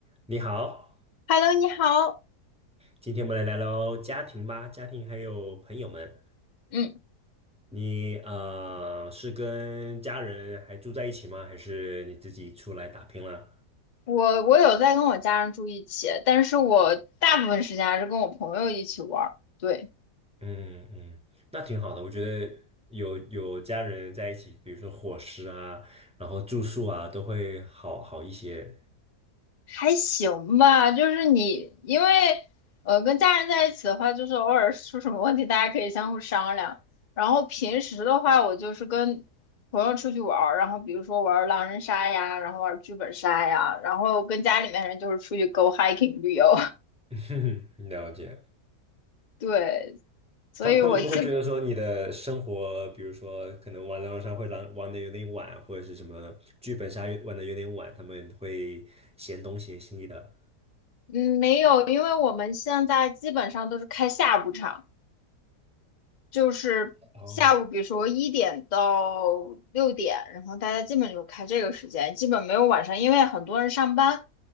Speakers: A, in the centre; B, on the left.
A: 你好，
B: Hello，你好。
A: 今天我们来聊聊家庭吧，家庭还有朋友们。
B: 嗯，
A: 你呃是跟家人还住在一起吗？还是你自己出来打拼了？
B: 我我有在跟我家人住一起，但是我大部分时间还是跟我朋友一起玩儿。对，
A: 嗯嗯，那挺好的。我觉得有有家人在一起，比如说伙食啊，然后住宿啊，都会好好一些。
B: 还行吧。就是你，因为呃跟家人在一起的话，就是偶尔出什么问题，大家可以相互商量。然后平时的话，我就是跟朋友出去玩儿，然后比如说玩儿狼人杀呀，然后玩儿剧本杀呀，然后跟家里面人就是出去 go hiking 旅游。<laughs>
A: <laughs> 了解。
B: 对，所以我基
A: 他们他们不会觉得说你的生活，比如说可能玩狼人杀会玩玩的有点晚，或者是什么剧本杀玩的有点晚，他们会嫌东嫌西的。
B: 嗯，没有，因为我们现在基本上都是开下午场，就是下午，
A: 哦，
B: 比如说一点到六点，然后大家基本就开这个时间，基本没有晚上，因为很多人上班。